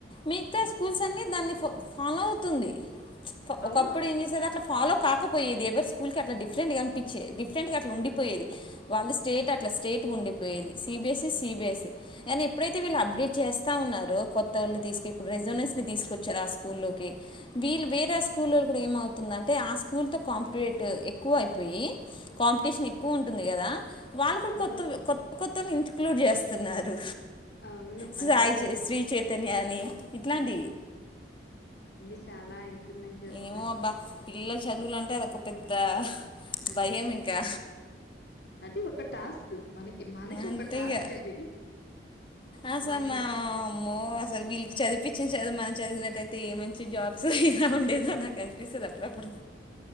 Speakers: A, on the left; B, on the left.
A: మిగతా స్కూల్స్ అన్ని దాన్ని ఫాలో అవుతుంది
B: అవును
A: ఒకప్పుడు ఏం అట్లా ఫాలో కాకపోయేది ఎవరి స్కూల్ కి అట్లా డిఫరెంట్ గా కనిపించేది డిఫరెంట్ గట్ల ఉండిపోయేది వాళ్ళ స్టేట్ అట్లా స్టేట్ ఉండిపోయేది సిబీఎస్ సిబిఎస్ కానీ ఎప్పుడైతే వీళ్ళు అప్డేట్ చేస్తా ఉన్నారో కొత్త ఓళ్ళని తీసుకు ఇప్పుడు రెసోనెంటస్ నీ తీసుకొచ్చారు ఆ స్కూల్లోకి వీళ్ళు వేరే స్కూల్లో ఇ ఏమవుతుందింటే ఆ స్కూల్ త కాంపిేట్ ఎక్కువ అయిపోయి కాంపిటీషన్ ఎక్కువ ఉంటుంది కదా వాళ్ళు కూడా
B: అవును
A: కొత్త కొత్త కొత్త ఇంటక్లూడ్ చేస్తున్నారు
B: అవును
A: సాయి
B: అన్నీ
A: శ్రీ చైతన్యా అని ఇట్లాంటి
B: అండి చాలా ఇంప్లిమెంట్ చేస్
A: ఏమో అబ్బా పిల్లలు చదువులు అంటే అదొక పెద్ద అంత భయం ఇంకా
B: అది ఒక టాస్క్ మనకి మనకి ఒక
A: అంతే
B: టాస్క్
A: ఇక
B: అది
A: అసలు
B: మనము
A: మా అమ్మో అసలు వీళ్ళకి చదిపించిన చదువు మనం చదివినట్లయితే ఏ మంచి జాబ్స్ ఇలా ఉండేద అ నొప్పి ఎస్తాది అప్పుడు అప్పుడు